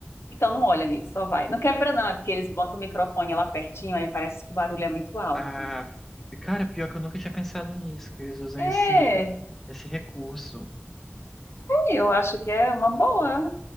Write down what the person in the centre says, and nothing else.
Ah, cara, pior que eu nunca tinha pensado nisso, que eles usam
esse, esse recurso.